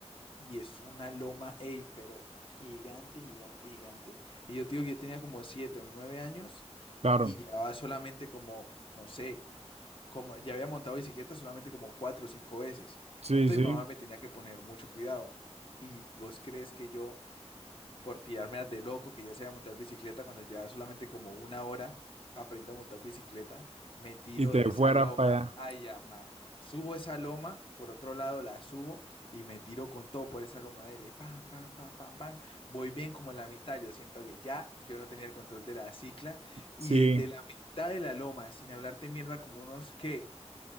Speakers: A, on the left (about 50°); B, on the right (about 65°).
A: Y es una loma, ey, pero gigante, gigante, gigante. Y yo te digo que yo tenía como siete o nueve años
B: Claro,
A: y llevaba solamente como, no sé, como ya había montado bicicleta solamente como cuatro o cinco veces.
B: sí,
A: Entonces
B: sí.
A: mi mamá me tenía que poner mucho cuidado. ¿Y vos crees que yo, por tirarme de loco, que ya sabía montar bicicleta, cuando ya solamente como una hora aprendo a montar bicicleta, me tiro
B: Y te
A: de esa
B: fueras
A: loma,
B: para allá.
A: ay, ama. Subo esa loma, por otro lado la subo y me tiro con todo por esa loma dele, pam, pam, pam, pam, pam. Voy bien como en la mitad, yo siento que ya yo no tenía el control de la cicla
B: Sí,
A: y desde la mitad de la loma, sin hablarte mierda, como unos, ¿qué?